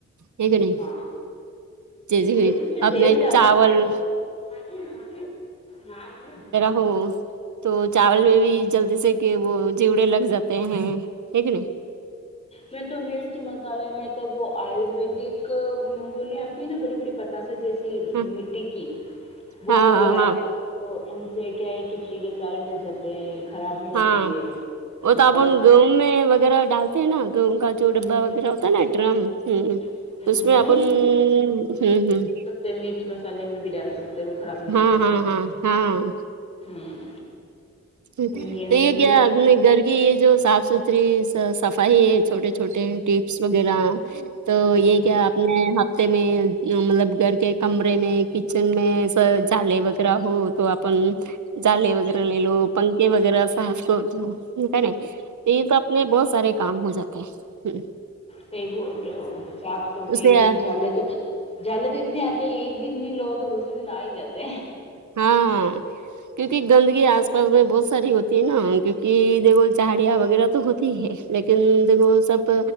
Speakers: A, on the right; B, on the left.
A: ہے کہ نہیں
B: ہاں
A: جیسے کہ
B: بیسن میں
A: اپنے
B: تیل ڈال
A: چاول
B: دے کیا <unintelligible>
A: ہوو تو چاول میں بھی جلدی سے کہ وہ چیوڑے لگ جاتے ہیں ہیں کہ نہیں
B: میں تو مرچ مسل دھوپکالے میں تو وہ آیورویدک گولیاں آتی ہے نا بڑی بڑی پتا جیسی
A: ہاں
B: مٹی کی وہ
A: ہاں
B: والی
A: ہاں
B: ڈالتے
A: ہاں
B: تو ان سے کہے کہ کیڑے سارے مرجاتے خراب نہیں
A: ہاں
B: ہوتی ہے
A: وہ
B: مسالے
A: تو اپن
B: سار
A: گیہوں میں وغیرہ ڈالتے ہیں نا گہیوں کا جو ڈبا
B: ہوں
A: وغیرہ ہوتا ہے نا ڈرم ہم
B: ہوں
A: اس میں اپن ہمم ہمم
B: سے مرچ مسالے میں بھی ڈال سکتے تو وہ خراب نہیں
A: ہاں
B: ہوتے
A: ہاں ہاں ہاں ہوں
B: ہوں
A: تو
B: گیہوں
A: یہ
B: میں
A: کیا
B: بھی
A: اپنے گھر کہ یہ جو صاف ستھری صفائی ہے چھوٹے چھوٹے ٹیپس وغیرہ تو
B: ہوں
A: یہ
B: ہوں
A: کیا آپ نیا ہفتے میں مطلب گھر کے کمرے میں کچن میں س جالے وغیرہ ہو تواپ اپ جالے وغیرہ لے لو پنکھے وغیرہ صاف کر دو کا نہیں یہ ہی تو اپنے بہت سارے کام ہو جاتے ہیں ہمم
B: صحیح بول رہے ہو صاف صفائی
A: اسے
B: اک دم جھالے تو جالے تو اتنے آتے ہیں ایک دن نہیں لو تو دوسرے دن آ ہی جات ہیں
A: ہاں کیوںکہ گندگی آس پاس میں بہت ساری ہوتی ہے نا کیونکہ دیک چاڑیاں وغیرہ تو ہو تی ہے لیکن جب وہ سب